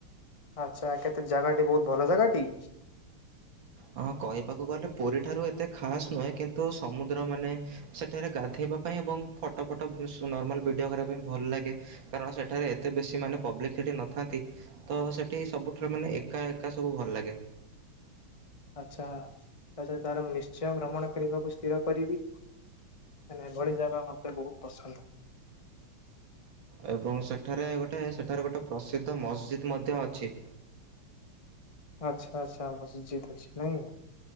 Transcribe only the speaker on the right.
ହଁ କହିବାକୁ ଗଲେ ପୁରୀଠାରୁ ଏତେ ଖାସ୍ ନୁହେଁ, କିନ୍ତୁ ସମୁଦ୍ର ମାନେ ସେଠାରେ ଗାଧେଇବା ପାଇଁ, ଏବଂ ଫଟୋ ଫଟ ନର୍ମାଲ ଭିଡିଓ କରିବା ପାଇଁ ଭଲ ଲାଗେ। କାରଣ ସେଠାରେ ଏତେ ବେଶୀ ମାନେ ପବ୍ଲିସିଟି ନଥାନ୍ତି। ତ ସେଠି ସବୁଠାରୁ ମାନେ ଏକା ଏକା ସବୁ ଭଲ ଲାଗେ।
ଏବଂ ସେଠାରେ ଗୋଟେ ସେଠାରେ ଗୋଟେ ପ୍ରସିଦ୍ଧ ମସ୍ଜିଦ୍ ମଧ୍ୟ ଅଛି।